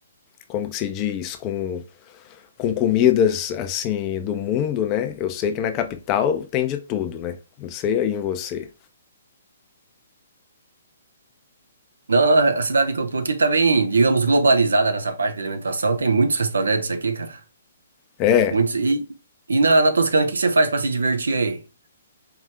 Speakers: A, on the left; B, on the right.
A: como que se diz, com com comidas assim do mundo, né? Eu sei que na capital tem de tudo, né? Não sei aí em você.
B: Não, não, a cidade que eu tô aqui tá bem, digamos, globalizada nessa parte de alimentação. Tem muitos restaurantes aqui, cara.
A: É.
B: Muitos. E, e na, na Toscana, o que que você faz pra se divertir aí?